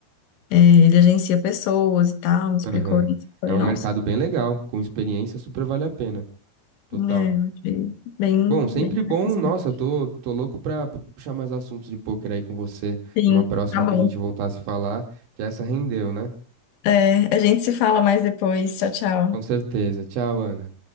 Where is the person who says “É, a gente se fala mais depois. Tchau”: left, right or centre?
Left